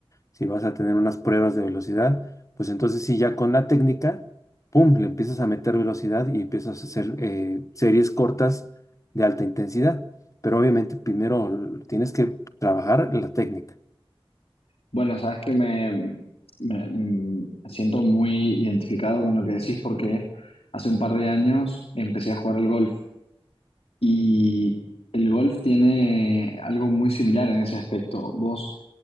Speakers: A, on the left; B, on the left.
A: si vas a tener unas pruebas de velocidad, pues entonces sí, ya con la técnica, pum, le empiezas a meter velocidad y empiezas a hacer eh, series cortas de alta intensidad. Pero obviamente primero tienes que trabajar la técnica.
B: Bueno, sabes que me, me- mm, me siento muy identificado con lo que decís porque hace un par de años empecé a jugar al golf y el golf tiene algo muy similar en ese aspecto. Vos